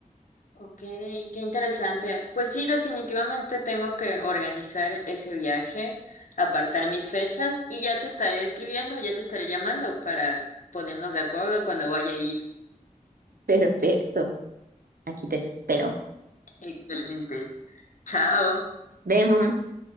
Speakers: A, on the left; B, on the right.
A: Ok, qué interesante. Pues sí, definitivamente tengo que organizar ese viaje, apartar mis fechas y ya te estaré escribiendo, ya te estaré llamando para ponernos de acuerdo cuando vaya a ir.
B: Perfecto, aquí te espero.
A: Excelente. Chao.
B: Vemos.